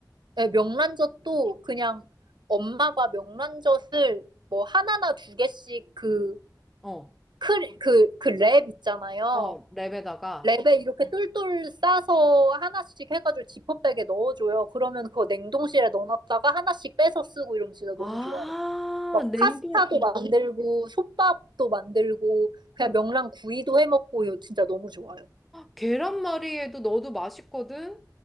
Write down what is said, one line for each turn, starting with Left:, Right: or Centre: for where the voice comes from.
Right: 예, 명란젓도 그냥 엄마가 명란젓을 뭐 하나나 두 개씩 그,
Centre: 어,
Right: 크, 그, 그 랩 있잖아요.
Centre: 어, 랩에다가
Right: 랩에 이렇게 똘똘 싸서 하나씩 해가지고 지퍼백에 넣어줘요. 그러면 그거 냉동실에 넣어놨다가 하나씩 빼서 쓰고 이러면 진짜
Centre: 아
Right: 너무 좋아요. 막
Centre: 냉동
Right: 파스타도 만들고, 솥밥도 만들고, 그냥
Centre: 그
Right: 명란 구이도 해먹고, 이거 진짜 너무 좋아요.
Centre: 계란말이에도 넣어도 맛있거든.